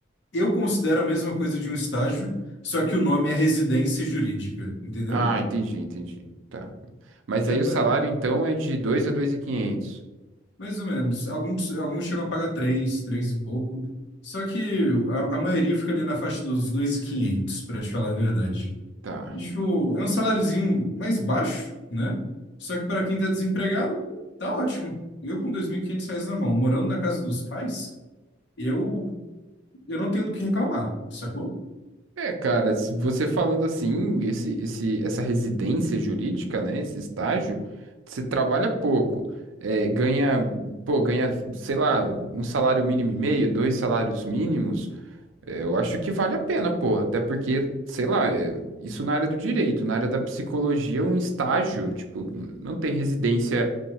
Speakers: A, on the left (about 60°); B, on the right (about 80°).
A: eu considero a mesma coisa de um estágio, só que o nome é residência jurídica, entendeu?
B: Ah, entendi, entendi. Tá. Mas
A: Que
B: aí
A: é ba-
B: o salário, então, é de 2 a dois mil e quinhentos.
A: mais ou menos, alguns, alguns chegam a pagar três, três e pouco, só que a, a maioria fica ali na faixa dos dois e quinhentos, para te falar a verdade.
B: Tá.
A: Tipo, é um saláriozinho mais baixo, né? Só que para quem tá desempregado, pô, tá ótimo. Eu com 2.500 reais na mão, morando na casa dos pais, eu, eu não tenho do que reclamar, sacou?
B: É, cara, se você falando assim, esse, esse, essa residência jurídica, né, esse estágio, você trabalha pouco, é, ganha, pô, ganha, sei lá, um salário mínimo e meio, dois salários mínimos, é, eu acho que vale a pena, pô, até porque, sei lá, é, isso na área do direito, na área da psicologia, um estágio, tipo, não tem residência